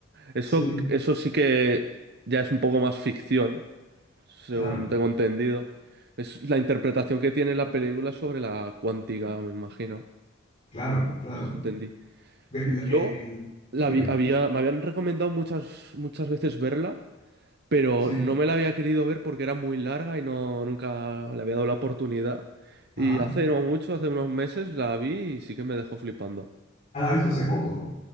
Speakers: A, on the right; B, on the left.
A: Eso,
B: Sí,
A: eso sí que ya es un poco más ficción, según
B: claro,
A: tengo entendido. Es la interpretación que tiene la película sobre la cuántica, me imagino.
B: claro, claro.
A: Eso sí entendí.
B: El,
A: Yo
B: el- el-
A: la
B: dime,
A: vi- había, me habían recomendado muchas, muchas veces verla, pero
B: sí,
A: no me la había querido ver porque era muy larga y no, nunca le había dado la oportunidad. Y
B: ajá.
A: hace no mucho, hace unos meses, la vi y sí que me dejó flipando.
B: Ah, la he visto hace poco.